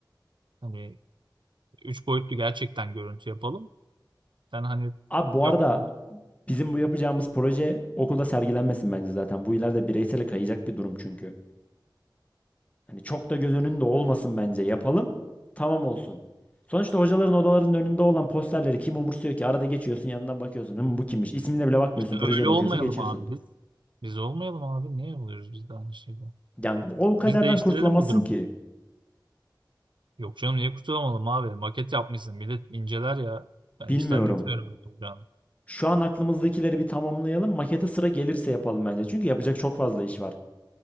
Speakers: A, on the right; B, on the left.
A: Hani üç boyutlu gerçekten görüntü yapalım. Sen hani
B: Abi bu
A: yok
B: arada bizim bu yapacağımız proje okulda sergilenmesin bence zaten. Bu ileride bireysele kayacak bir durum çünkü. Hani çok da göz önünde olmasın bence. Yapalım, tamam olsun. Sonuçta hocaların odalarının önünde olan posterleri kim umursuyor ki? Arada geçiyorsun, yanından bakıyorsun. Hım bu kimmiş? İsmine bile bakmıyorsun,
A: işte
B: projeye
A: öyle
B: bakıyorsun,
A: olmayalım
B: geçiyorsun.
A: abi biz. Biz olmayalım abi. Niye oluyoruz biz de aynı şeyden?
B: Yani o kaderden
A: Biz değiştirelim
B: kurtulamazsın
A: bu durumu.
B: ki.
A: Yok canım niye kurtulamadım abi? Maket yapmışsın. Millet inceler ya. Ben
B: Bilmiyorum.
A: hiç zannetmiyorum olacağını.
B: Şu an aklımızdakileri bir tamamlayalım. Makete sıra gelirse yapalım bence. Çünkü yapacak çok fazla iş var.